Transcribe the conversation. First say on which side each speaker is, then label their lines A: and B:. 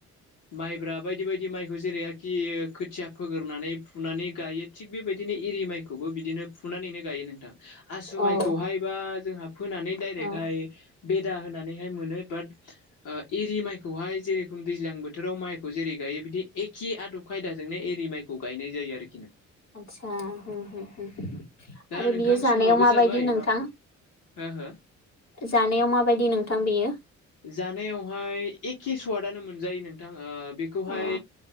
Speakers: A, on the left (about 85°); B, on the left (about 60°).
A: माइब्राब दि माइखौ जेरै आरोखि खोथिया फोगोरनानै फुनानै गायो थिग बेबायदिनो एरि माइखौबो बिदिनो फुनानैनो गायो नोंथां। आसु
B: औ
A: माइखौहाय बा जोंहा फोनानै डाइरेकहाय
B: औ
A: बेदा होना नैहाय मोनो बाद ओ एरि मायखौहाय जेरखम दैज्लां बोथोराव माइ खौ जेरै गायो बिदि एखे आदब खायदाजोंनो एरि माइखौ गायनाय जायो आरो।
B: आदसा हो हो
A: दा
B: आरो
A: नोंथां
B: बियो जानायाव
A: समाबो
B: माबायदि
A: जाबाय
B: नोंथां?
A: मा हो हो।
B: जानायाव माबायदि नोंथां बियो
A: जानायावहाय एखे सवादनो मोन जायो नोंथां ओ बेखौहाय
B: अ